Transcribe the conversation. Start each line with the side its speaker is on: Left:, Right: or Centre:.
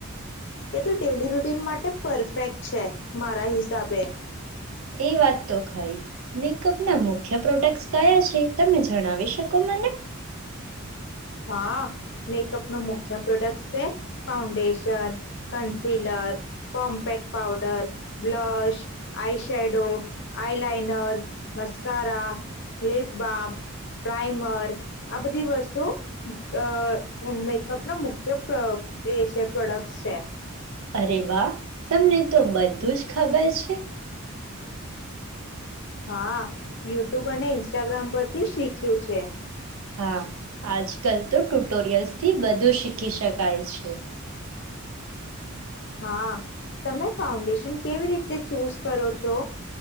Left: એ તો ડેલી રૂટીન માટે પરફેક્ટ છે મારા હિસાબે.
Right: એ વાત તો ખરી મેકઅપ ના મુખ્ય પ્રોડક્ટ્ કયા છે તમે જણાવી શકો મને?
Left: હા મેકઅપ ન મુખ્ય પ્રોડક્ટ છે foundation concealer compact powder blush eye shadow આઈ લઇનર મસ્કારા લિપ બામ પ્રાઈમર આ બધી વસ્તુ અ મેકઅપનો મુખ્ય <unintelligible> એ છે, પ્રોડક્ટ છે.
Right: અરે વાહ તમને તો બધું જ ખબર છે.
Left: હા યુટ્યુબ અને ઇન્સ્ટાગ્રામ પરથી શીખ્યું છે.
Right: હા આજ કલ તો ટુટોરિયલ્સથી બધું શીખી શકાય છે.
Left: હા તમે ફાઉન્ડેશન કેવી રીતે ચૂઝ કરો છો.